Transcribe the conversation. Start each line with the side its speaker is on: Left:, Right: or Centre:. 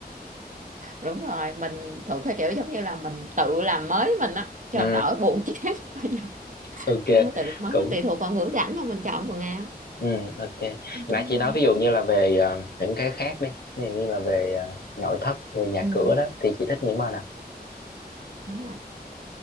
Right: đúng rồi mình thuộc cái kiểu giống như là mình tự làm mới mình á cho
Left: ừ
Right: đỡ buồn chán <laughs> bây giờ
Left: ok
Right: nó tự mới
Left: cũng
Right: mà tùy thuộc vào ngữ cảnh mà mình chọn quần áo
Left: ừ ok
Right: Đúng
Left: nãy chị
Right: rồi.
Left: nói ví dụ như là về ờ, những cái khác đi ví dụ như là về ờ, nội thất về nhà
Right: ừ
Left: cửa đó thì chị thích những màu nào
Right: đúng rồi